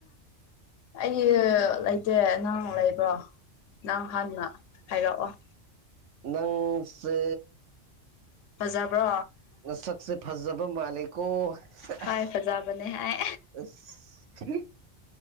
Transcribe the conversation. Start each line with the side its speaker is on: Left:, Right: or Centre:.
Left: ꯑꯩ ꯂꯩꯇꯦ ꯅꯪ ꯂꯩꯕ꯭ꯔꯣ ꯅꯪ ꯍꯥꯟꯅ ꯍꯥꯏꯔꯛꯑꯣ
Right: ꯅꯪꯁꯦ
Left: ꯐꯖꯕ꯭ꯔꯣ
Right: ꯅꯁꯛꯁꯦ ꯐꯖꯕ ꯃꯥꯜꯂꯤꯀꯣ ꯁꯦꯁ
Left: ꯍꯣꯏ ꯐꯖꯕꯅꯦ ꯍꯥꯏ
Right: ꯑꯁ